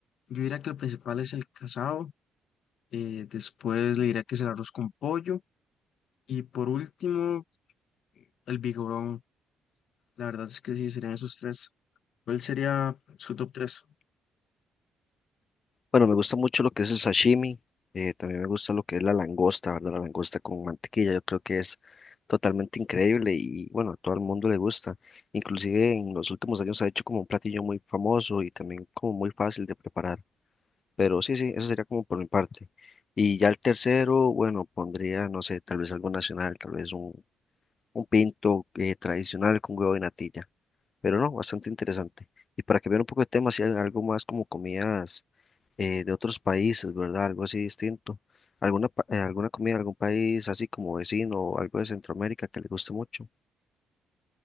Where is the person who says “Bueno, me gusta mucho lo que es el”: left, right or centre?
Left